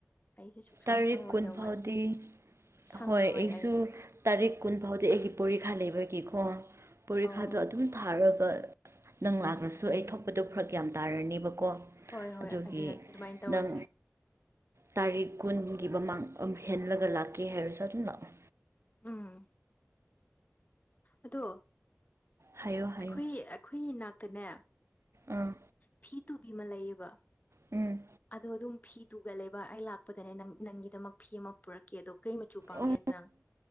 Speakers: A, on the left (about 35°); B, on the right (about 70°).
A: ꯑꯩꯁꯦ ꯁꯨꯛꯁꯪ
B: ꯇꯥꯔꯤꯛ
A: ꯁꯪꯉꯔꯣꯏꯗꯧ
B: ꯀꯨꯟ ꯐꯥꯎꯗꯤ
A: ꯃꯥꯜꯂꯦ ꯁꯪꯉꯔꯣꯏ
B: ꯍꯣꯏ ꯑꯩꯁꯨ
A: ꯑꯩ
B: ꯇꯥꯔꯤꯛ ꯀꯨꯟ ꯐꯥꯎꯗꯤ ꯑꯩꯒꯤ ꯄꯣꯔꯤꯈꯥ ꯂꯩꯕꯒꯤꯀꯣ ꯄꯣꯔꯤꯈꯥꯗꯣ
A: ꯑꯧ
B: ꯑꯗꯨ ꯑꯗꯨꯝ ꯊꯥꯔꯒ ꯅꯪ ꯂꯥꯛꯂ꯭ꯔꯁꯨ ꯑꯩ ꯊꯣꯛꯄꯗꯣ ꯐꯔꯛ ꯌꯥꯝ ꯇꯥꯔꯅꯦꯕꯀꯣ
A: ꯍꯣꯏ ꯍꯣꯏ
B: ꯑꯗꯨꯒꯤ
A: ꯑꯗꯨꯅ ꯑꯗꯨꯃꯥꯏꯅ ꯇꯧꯔꯁꯦ
B: ꯅꯪ ꯇꯥꯔꯤꯛ ꯀꯨꯟꯒꯤ ꯃꯃꯥꯡ ꯍꯦꯟꯂꯒ ꯂꯥꯛꯀꯦ ꯍꯥꯏꯔꯁꯨ ꯑꯗꯨꯝ ꯂꯥꯛꯑꯣ꯫
A: ꯎꯝ ꯑꯗꯣ
B: ꯍꯥꯏꯌꯣ ꯍꯥꯏꯌꯣ
A: ꯑꯩꯈꯣꯏ ꯑꯩꯈꯣꯏ ꯏ ꯅꯥꯛꯇꯅꯦ꯫
B: ꯑꯥ
A: ꯐꯤ ꯇꯨꯕꯤ ꯑꯃ ꯂꯩꯌꯦꯕ
B: ꯎꯝ
A: ꯑꯗꯣ ꯑꯗꯨꯝ ꯐꯤ ꯇꯨꯔꯒꯂꯩꯕ ꯑꯩ ꯂꯥꯛꯄꯗꯅꯦ ꯅꯪ ꯅꯪꯒꯤꯗꯃꯛ ꯐꯤ ꯑꯃ ꯄꯨꯔꯛꯀꯦ ꯑꯗꯣ ꯀꯩ ꯃꯆꯨ ꯄꯥꯝꯒꯦ
B: ꯑꯣ
A: ꯅꯪ